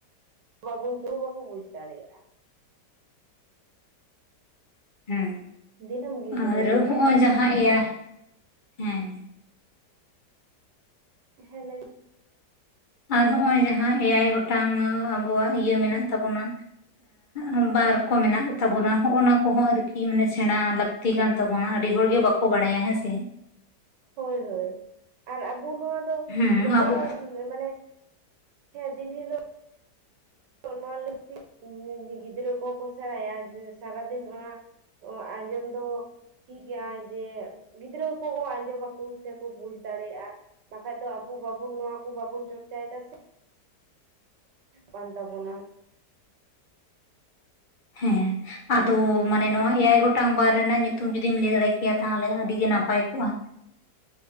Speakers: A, on the right; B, on the left.
A: ᱵᱟᱵᱚᱱ ᱵᱟᱠᱚ ᱵᱩᱡᱽ ᱫᱟᱲᱮᱭᱟᱜᱼᱟ
B: ᱦᱮᱸ
A: ᱫᱤᱱᱟᱹᱢ ᱜᱤᱫᱽᱨᱟᱹ
B: ᱟᱨ
A: ᱮᱱᱛᱮᱫ
B: ᱦᱚᱸᱜᱼᱚᱭ ᱡᱟᱦᱟᱸ ᱤᱭᱟᱹ ᱦᱮᱸ
A: ᱦᱮᱸ ᱞᱟᱹᱭ
B: ᱟᱨ ᱦᱚᱸᱜ-ᱚᱭ ᱡᱟᱦᱟᱸ ᱮᱭᱟᱭ ᱜᱚᱴᱟᱝ ᱟᱵᱚᱣᱟᱜ ᱤᱭᱟᱹ ᱢᱮᱱᱟᱜ ᱛᱟᱵᱚᱱᱟ ᱮᱸᱜ ᱵᱟᱨ ᱠᱚ ᱢᱮᱱᱟᱜ ᱛᱟᱵᱚᱱᱟ ᱦᱚᱸᱜᱼᱚᱱᱟ ᱠᱚᱦᱚᱸ ᱟᱨᱤ ᱠᱤ ᱢᱟᱱᱮ ᱥᱮᱬᱟ ᱞᱟᱹᱠᱛᱤ ᱠᱟᱱ ᱛᱟᱵᱚᱱᱟ ᱟᱹᱰᱤ ᱦᱚᱲ ᱜᱮ ᱵᱟᱠᱚ ᱵᱟᱲᱟᱭᱟ ᱦᱮᱸ ᱥᱮ
A: ᱦᱳᱭ ᱦᱳᱭ ᱟᱨ ᱟᱵᱚ ᱱᱚᱣᱟ ᱫᱚ
B: ᱦᱮᱸ
A: ᱵᱮᱵᱚᱦᱟᱨ
B: ᱟᱵᱚ
A: ᱢᱟᱱᱮ ᱦᱮᱸ ᱫᱤᱱ ᱦᱤᱞᱳᱜ ᱱᱚᱣᱟ ᱞᱟᱹᱠᱛᱤ ᱜᱤᱫᱽᱨᱟᱹ ᱠᱚᱦᱚᱸ ᱠᱚ ᱥᱮᱬᱟᱭᱟ ᱡᱮ ᱥᱟᱨᱟᱫᱤᱱ ᱚᱱᱟ ᱟᱸᱡᱚᱢ ᱫᱚ ᱴᱷᱤᱠ ᱜᱮᱭᱟ ᱡᱮ ᱜᱤᱫᱽᱨᱟᱹ ᱠᱚᱦᱚᱸ ᱟᱸᱡᱚᱢᱟᱠᱚ ᱥᱮᱠᱚ ᱵᱩᱡᱽ ᱫᱟᱲᱮᱭᱟᱜᱼᱟ ᱵᱟᱠᱷᱟᱡ ᱫᱚ ᱟᱵᱚ ᱵᱟᱵᱚᱱ ᱱᱚᱣᱟ ᱠᱚ ᱵᱟᱵᱚᱱ ᱪᱚᱨᱪᱟᱭᱮᱫᱟ ᱥᱮ ᱠᱟᱱ ᱛᱟᱵᱚᱱᱟ
B: ᱦᱮᱸ ᱟᱫᱚ ᱢᱟᱱᱮ ᱱᱚᱣᱟ ᱮᱭᱟᱭ ᱜᱚᱴᱟᱝ ᱵᱟᱨ ᱨᱮᱱᱟᱜ ᱧᱩᱛᱩᱢ ᱡᱩᱫᱤᱢ ᱞᱟᱹᱭ ᱫᱟᱲᱮ ᱠᱮᱭᱟ ᱛᱟᱦᱚᱞᱮ ᱟᱹᱰᱤ ᱜᱮ ᱱᱟᱯᱟᱭ ᱠᱚᱜᱼᱟ